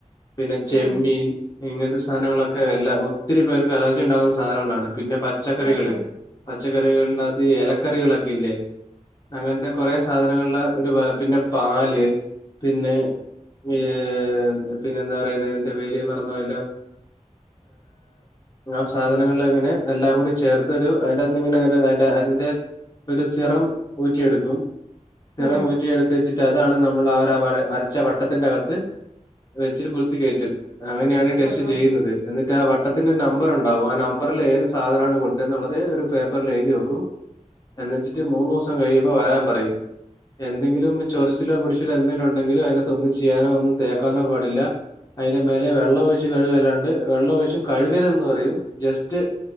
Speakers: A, on the left; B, on the right.
A: പിന്നെ
B: ആഹ്
A: ചെമ്മീൻ
B: ആഹ്
A: ഇങ്ങനത്തെ സാധനങ്ങളൊക്കെ എല്ലാ ഒത്തിരി പേർക്ക് അലർജി ഉണ്ടകുന്ന സാധനങ്ങളാണ് പിന്നെ പച്ചക്കറികൾ
B: ആഹ് ആഹ് ആഹ് ആഹ് ആഹ് ആഹ് ആഹ്
A: പച്ചക്കറികളിനകത്ത- പച്ചക്കറികളൊക്കെ ഇല്ലേ അങ്ങനത്തെ കുറെ സാധനങ്ങളുള്ള ഒരു പിന്നെ പാല്- പിന്നെ ഏ- ഏ പിന്നെ എന്താ പറയുന്നത് എന്റെ പേര് മറന്ന് പോയല്ലോ ആ സാധനങ്ങളൾ അങ്ങനെ എല്ലാം കൂടി ചേർത്ത് ഒരു അതിന്റെത്ത് ഇങ്ങനെ ഒരു അതിന്റെ- ഒരു സിറം ഊറ്റിയെടുക്കും
B: ആഹ്
A: സിറം
B: ആഹ് ആഹ്
A: ഊറ്റിയെടുത്ത വച്ചിട്ട് അതാണ് നമ്മൾ അവരു വര വരച്ച വട്ടത്തിന്റെകത്ത്- വെച്ചിട്ട കുത്തികയറ്റും അങ്ങനെയാണ് ടെസ്റ്റ്
B: ആഹ് ആഹ് ആഹ് ആഹ് ആഹ് ആഹ് ആഹ് ആഹ്
A: ചെയ്യുന്നത്
B: ആഹ് ആഹ് ആഹ് ആഹ് ആഹ് ആഹ് ആഹ് ആഹ്
A: എന്നിട്ട് ആ വട്ടത്തിന്റെ നമ്പർ ഉണ്ടാവും ആ നമ്പറിൽ ഏത് സാധനമാണ് കൊടുത്ത എന്നുള്ളത് ഒരു പേപ്പറിൽ എഴുതി വെക്കും എന്ന വെച്ചിട്ട് മൂന്ന് ദിവസം കഴിയുമ്പോ വരാൻ പറയും എന്തെങ്കിലും ചൊറിച്ചില പൊടി- എന്തെില ഉണ്ടെങ്കിലും അതിനകത്ത് ഒന്നും ചെയ്യാനോ ഒന്നും തേക്കാനോ പാടില്ല അതിന്റെ മേലെ വെള്ള ഒഴച്ച് കഴിവുക അല്ലാണ്ട് വെള്ള ഒഴിച്ച്- കഴുകരുതു എന്ന് പറയും ജസ്റ്റ്